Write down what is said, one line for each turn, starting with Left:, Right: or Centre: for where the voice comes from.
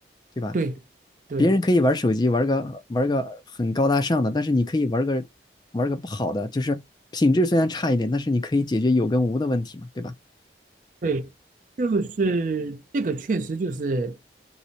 Left: 对吧？
Right: 对对
Left: 别人可以玩手机，玩个玩个很高大上的，但是你可以玩个玩个不好的，就是品质虽然差一点，但是你可以解决有跟无的问题嘛，对吧？
Right: 对，就是这个确实就是